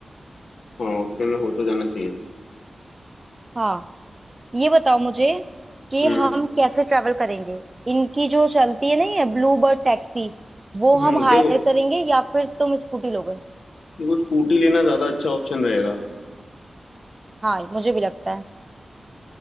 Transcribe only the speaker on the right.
हाँ ये बताओ मुझे कि
हम कैसे ट्रेवल करेंगे इनकी जो चलती है नहीं है ब्लू बर्ड टैक्सी वो
हम हायर
करेंगे या फिर तुम स्कूटी लोगे
हाँ मुझे भी लगता है